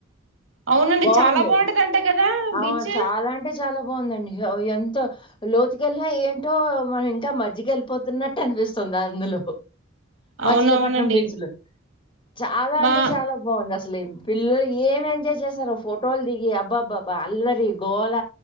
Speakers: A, on the right; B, on the left.
A: అవునండి
B: బాగుంది
A: చాలా బాగుంటదంట కదా
B: అ
A: బీచ్
B: చాలా అంటే చాలా బాగుందండి హ ఎన్ త హ్ లోతుకెళ్ళినా ఏంటో మనం ఇంకా మజ్యకి వెళ్ళిపోతున్నట్టు అనిపిస్తుంది అందులో మచిలీపట్నం
A: అవునవునండి
B: బీచ్లు చాలా
A: మా
B: అంటే చాలా బాగుంది అస్ లే పిల్లలు ఏమే మ్ చేసేసారో ఫోటోలు దిగి అబ్జ బ్బబ్బబ్బా అల్లరి గోల